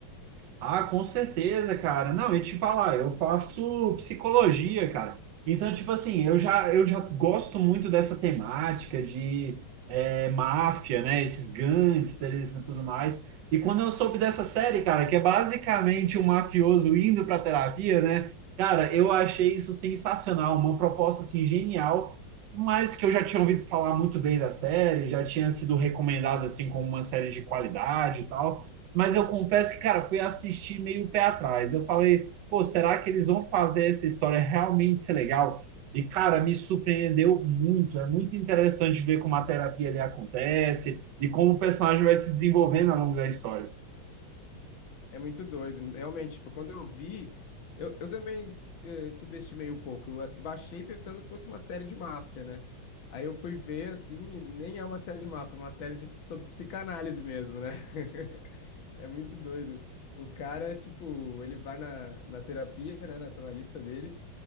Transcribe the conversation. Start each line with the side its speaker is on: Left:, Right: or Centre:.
Right: Ah, com certeza, cara. Não, e te falar, eu faço psicologia, cara. Então, tipo assim, eu já, eu já gosto muito dessa temática de é, máfia, né? Esses gangsters e tudo mais. E quando eu soube dessa série, cara, que é basicamente um mafioso indo pra terapia, né? Cara, eu achei isso sensacional, uma proposta assim genial, mas que eu já tinha ouvido falar muito bem da série, já tinha sido recomendado assim como uma série de qualidade e tal. Mas eu confesso que, cara, fui assistir meio pé atrás. Eu falei, pô, será que eles vão fazer essa história realmente ser legal? E, cara, me surpreendeu muito. É muito interessante ver como a terapia ali acontece e como o personagem vai se desenvolvendo ao longo da história.
Left: É muito doido. Realmente, tipo, quando eu vi, eu, eu também eh, subestimei um pouco. Eu a- baixei pensando que fosse uma série de máfia, né? Aí eu fui ver, assim, e nem é uma série de máfia, é uma série de, sobre psicanálise mesmo, né? <laughs> É muito doido. O cara, tipo, ele vai na, na terapia, né, nessa analista dele.